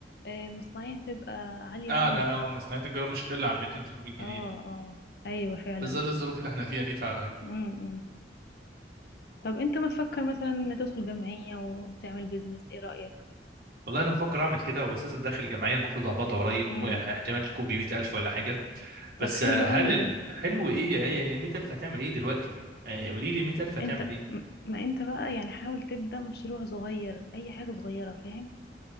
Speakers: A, on the left (about 60°); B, on the right (about 55°).
A: إيه المصنعية هتبقى عالية
B: اه
A: قوي
B: لا آه، مصنعيه الجرام مش هتقل عن 200 300 جنيه
A: اه اه أيوة فعلا
B: في ظل الظروف اللي احنا فيها دي فعلا
A: م -م. طب انت ما تفكر مثلا ان تدخل جمعية وتعمل بيزنس ايه رأيك
B: والله انا بفكر اعمل كده واساسا داخل جمعيه المفروض اقبضها قريب
A: امم
B: م- احتمال تكون ب 100000 ولا حاجه بس
A: طب حلو
B: آه، هل
A: قوي
B: ال-
A: ده
B: حلو ايه يا ايه هي ال 100000 هتعمل ايه دلوقتي آه، قولي لي ال 100000 هتعمل
A: انت
B: ايه
A: م- ما انت بقى يعني حاول تبدأ مشروع صغير اي حاجة صغيرة فاهم